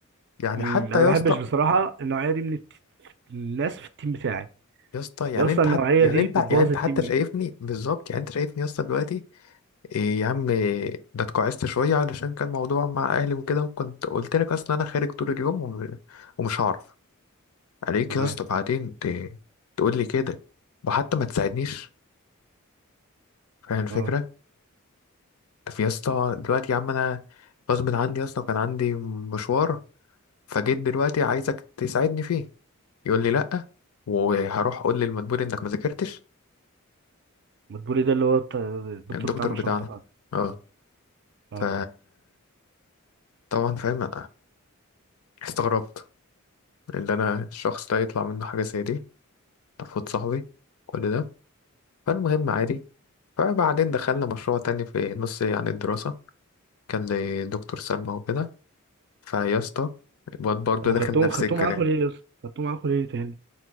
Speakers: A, on the left; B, on the right.
A: يعني
B: امم
A: حتى
B: انا ما
A: يا
B: بحبش
A: اسطى
B: بصراحة النوعية دي من الت- الناس في التيم بتاعي
A: يا اسطى يعني
B: يا اسطى
A: انت
B: النوعية
A: حتى يعني
B: دي
A: انت
B: بتبوظ
A: يعني انت
B: التيم
A: حتى
B: بجد
A: شايفني بالظبط يعني انت شايفني يا اسطى دلوقتي إيه يا عم إيه، ده اتكعست شويه علشان كان موضوع مع اهلي وكده وكنت قلت لك اصلا انا خارج طول اليوم وم- ومش هعرف عليك
B: تمام
A: يا اسطى بعدين ت- تقول لي كده وحتى ما تساعدنيش فاهم الفكره
B: اه
A: في يا اسطى دلوقتي يا عم انا غصب عني يا اسطى وكان عندي مشوار فجيت دلوقتي عايزك تساعدني فيه يقول لي لا وهروح اقول للمدبور انك ما ذاكرتش
B: بتقولي ده اللي هو بتاع- الدكتور
A: الدكتور
B: بتاع مشروع
A: بتاعنا
B: التخرج
A: اه
B: اه
A: ف طبعا فاهم استغربت اللي انا الشخص ده يطلع منه حاجه زي دي تفوت صاحبي كل ده فالمهم عادي فبعدين دخلنا مشروع تاني في نص يعني الدراسه كان لدكتور سلمى وكده فيا اسطى الواد برضه
B: طب وخدتوه
A: داخل نفس
B: خدتوه
A: الكلام
B: معاكوا ليه يا اسطى خدتوه معاكوا ليه تاني